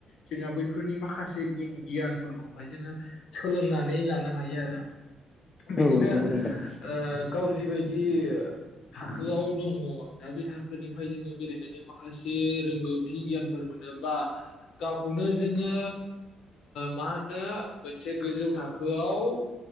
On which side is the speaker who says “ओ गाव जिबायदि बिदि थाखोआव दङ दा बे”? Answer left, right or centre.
Left